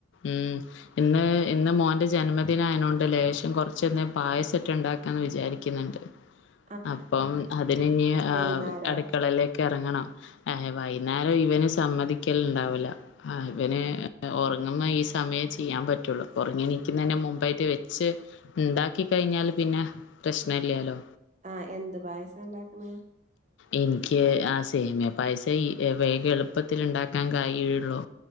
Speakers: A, on the left; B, on the right.
A: ഊമ് ഹ് ഇന്ന് ഇന്ന് മോൻ്റെ ജന്മദിനാ യനോണ്ട് ലേശം കുറച്ച് ന്നേ പായസറ്റെ ണ്ടാക്കാ ന്ന് വിചാരിക്കുന്നുണ്ട്
B: <inaudible>
A: അപ്പം അതിനിനി
B: വൈന്നേരോ
A: ആ അടുക്കളയിലേക്ക് ഇറങ്ങണം. ഏ വൈന്നേരം ഇവന് സമ്മതിക്കലുണ്ടാവൂല്ല ആഹ് ഇവന് ഉറങ്ങുന്ന ഈ സമയം ചെയ്യാ പറ്റുള്ളു. ഉറങ്ങിണീക്കുന്നെ മുമ്പായിട്ട് വെച്ച് ഇണ്ടാക്കി കഴിഞ്ഞാല് പിന്നെ പ്രശ്ന ല്ലാലോ
B: ആ എന്ത് പായസ ണ്ടാക്കണേ
A: എനിക്ക് ആ സേമിയ പായസ ഇ വേഗ എളുപ്പത്തില് ണ്ടാക്കാൻ കഴിയുള്ളു